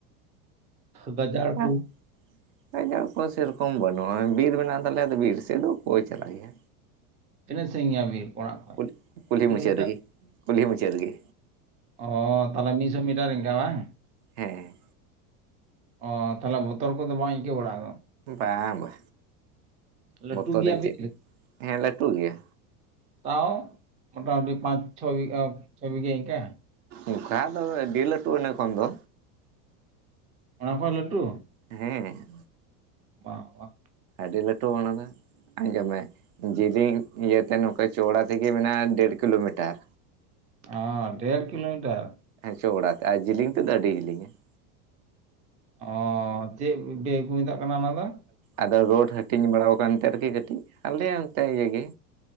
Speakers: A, on the right; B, on the right.
A: ᱵᱟᱡᱟᱨ ᱠᱩ?
B: ᱟᱨ ᱜᱟᱡᱟᱲ ᱠᱚᱦᱚᱸ ᱥᱮᱨᱚᱠᱚᱢ ᱵᱟᱹᱱᱩᱜ-ᱟ, ᱵᱤᱨ ᱢᱮᱱᱟᱜ ᱛᱟᱞᱮᱭᱟ, ᱟᱫᱚ ᱵᱤᱨ ᱥᱮᱫ ᱫᱚ ᱚᱠᱚᱭ ᱪᱟᱞᱟᱜ ᱜᱮᱭᱟ᱾
A: ᱛᱤᱱᱟᱹᱜ ᱥᱟᱹᱱᱟᱹᱧᱟ ᱵᱤᱨ? ᱚᱲᱟᱜ ᱠᱷᱚᱡ?
B: ᱠᱩ, ᱠᱩᱞᱦᱤ
A: ᱠᱤᱞᱳᱢᱤᱴᱟᱨ
B: ᱢᱩᱪᱟᱹᱫ ᱨᱮᱜᱮ, ᱠᱩᱞᱦᱤ ᱢᱩᱪᱟᱹᱫ ᱨᱮᱜᱮ᱾
A: ᱚᱻ ᱛᱟᱞᱦᱮ ᱢᱤᱫ ᱥᱚ ᱢᱤᱴᱟᱨ ᱤᱸᱝᱠᱟ ᱵᱟᱝ?
B: ᱦᱮᱸ᱾
A: ᱚᱻ ᱛᱟᱦᱞᱮ ᱵᱚᱛᱚᱨ ᱠᱚᱫᱚ ᱵᱟᱝ ᱟᱹᱭᱠᱟᱹᱣ ᱵᱟᱲᱟᱜ-ᱟ ᱟᱫᱚ?
B: ᱵᱟ ᱵᱟ,
A: ᱞᱟᱹᱴᱩ
B: ᱵᱚᱛᱚᱨ
A: ᱜᱮᱭᱟ
B: ᱨᱮᱭᱟᱜ
A: ᱵᱤᱨ
B: ᱪᱮᱫ? ᱦᱮᱸ ᱞᱟᱹᱴᱩ ᱜᱮᱭᱟ᱾
A: ᱛᱟᱣ ᱢᱚᱴᱟᱢᱩᱴᱤ ᱯᱟᱸᱪ ᱪᱷᱚ ᱵᱤᱜ ᱪᱷᱚ ᱵᱤᱜᱷᱟᱹ ᱤᱝᱠᱟ?
B: ᱚᱱᱠᱟ ᱫᱚ, ᱟᱹᱰᱤ ᱞᱟᱹᱴᱩ ᱤᱱᱟᱹ ᱠᱷᱚᱱ ᱫᱚ᱾
A: ᱚᱱᱟ ᱠᱷᱚᱡ ᱞᱟᱹᱴᱩ?
B: ᱦᱮᱸ᱾
A: ᱵᱟ ᱵᱟ᱾
B: ᱟᱹᱰᱤ ᱞᱟᱹᱴᱩᱣᱟ ᱚᱱᱟ ᱫᱚ᱾ ᱟᱸᱡᱚᱢ ᱢᱮ ᱡᱤᱞᱤᱧ ᱤᱭᱟᱹᱛᱮ ᱱᱚᱝᱠᱟ ᱪᱚᱣᱲᱟ ᱛᱮᱜᱮ ᱢᱮᱱᱟᱜ-ᱟ ᱰᱮᱹᱲ ᱠᱤᱞᱳᱢᱤᱴᱟᱨ᱾
A: ᱚᱻ ᱰᱮᱹᱲ ᱠᱤᱞᱳᱢᱤᱴᱟᱨ?
B: ᱦᱮᱸ ᱪᱚᱣᱲᱟ ᱛᱮ ᱟᱨ ᱡᱮᱞᱮᱧ ᱛᱮᱫᱚ ᱟᱹᱰᱤ ᱡᱮᱞᱤᱧᱟ ᱾
A: ᱚᱻ ᱪᱮᱫ ᱵᱮ ᱠᱚ ᱢᱮᱛᱟᱜ ᱠᱟᱱᱟ ᱚᱱᱟ ᱫᱚ?
B: ᱟᱫᱚ ᱨᱳᱰ ᱦᱟᱹᱴᱤᱧ ᱵᱟᱲᱟ ᱟᱠᱟᱱᱛᱮ ᱟᱨᱠᱤ ᱠᱟᱹᱴᱤᱡ, ᱟᱞᱮ ᱚᱱᱛᱮ ᱤᱭᱟᱹ ᱜᱮ